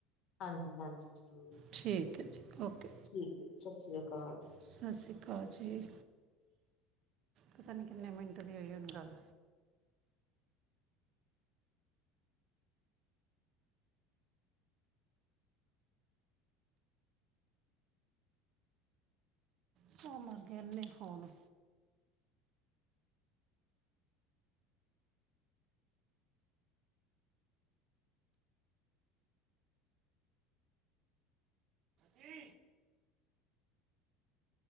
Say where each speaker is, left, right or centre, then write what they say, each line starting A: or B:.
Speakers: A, on the left (about 55°); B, on the right (about 55°).
A: ਹਾਂਜੀ, ਹਾਂਜੀ ਜ਼ਰੂਰ
B: ਠੀਕ ਓਕੇ ਜੀ ਓਕੇ
A: ਠੀਕ ਹੈ ਸਤਿ ਸ੍ਰੀ ਅਕਾਲ।
B: ਸਤਿ ਸ਼੍ਰੀ ਅਕਾਲ ਜੀ। ਪਤਾ ਨਈ ਕਿੰਨੇ ਮਿੰਟ ਦੀ ਹੋਈ ਹੁਣ ਗੱਲ ਸੋ ਮਰ ਗਏ ਏਨੇ ਫੋਨ ਜੀ